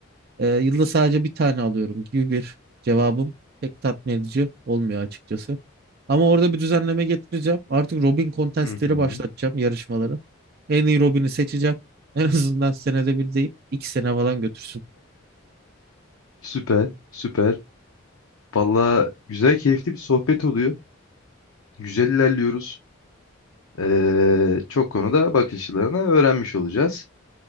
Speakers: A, on the right; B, on the left.
A: e, yılda sadece bir tane alıyorum gibi bir cevabım pek tatmin edici olmuyor açıkçası. Ama orada bir düzenleme getireceğim. Artık Robin kontestleri
B: Hı hı.
A: başlatacağım yarışmaları. En iyi Robin'i seçeceğim. <laughs> En azından senede bir değil iki sene falan götürsün.
B: Süper, süper. Valla güzel, keyifli bir sohbet oluyor. Güzel ilerliyoruz. Ee, çok konuda bakış açılarını öğrenmiş olacağız.